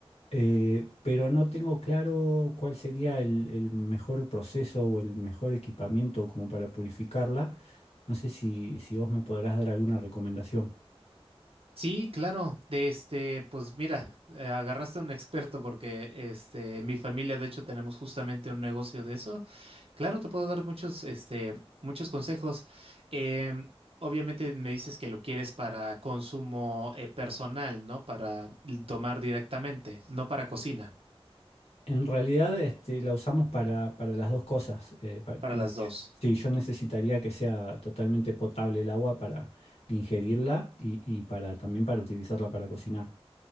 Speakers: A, on the left (about 80°); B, on the right (about 70°).
A: Eh, pero no tengo claro cuál sería el, el mejor proceso o el mejor equipamiento como para purificarla. No sé si, si vos me podrás dar alguna recomendación.
B: Sí, claro. De este, pues mira, eh, agarraste a un experto porque este, en mi familia, de hecho, tenemos justamente un negocio de eso. Claro, te puedo dar muchos, este, muchos consejos. Em, obviamente me dices que lo quieres para consumo eh, personal, ¿no? Para l- tomar directamente, no para cocina,
A: En realidad, este, la usamos para, para las dos cosas. eh, pa-
B: para las dos.
A: sí, yo necesitaría que sea totalmente potable el agua para ingerirla y, y para, también para utilizarla para cocinar.